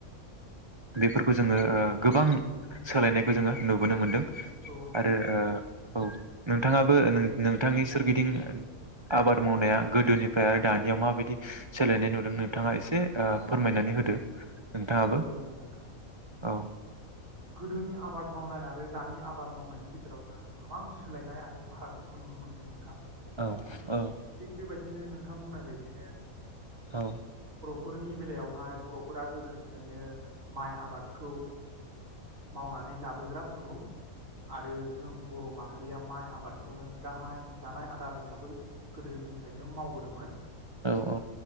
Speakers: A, on the right; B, on the right.
A: बेफोरखौ जोङो ओ गोबां सोलायनायखौ जोङो नुबोनो मोनदों
B: औ नंगौ
A: आरो
B: नोंथां
A: ओ औ नोंथाङाबो नोंथांनि सोरगिदिं आबाद मावनाया गोदोनिफ्राय आरो दानियाव माबायदि सोलायनाय नुदों नोंथाङा एसे फोरमायनानै होदो नोंथाङाबो
B: औ‌ जागोन नोंथां <inaudible>
A: औ
B: गोदोनि आबाद मावनाय आरो दानि आबाद मावनायनि गेजेराव जों गोबां सोलायनाय आरो फारागथिखौ नुनो मोनदों नोंथां
A: औ औ
B: थिग बेबायदिनो नों थां बुंनाय बायदिनो
A: औ
B: फोरनि बेलायावहाय बर'फोरा गोदोनिफ्रायनो माइ आबादखौ मावनानै जाबोग्रा सुबुं आरो जों बर' माहारिया माइ आबादखौनो गाहाय जानाय आदार हिसाबै गोदोनिफ्रायनो मावबोदोंमोन
A: औ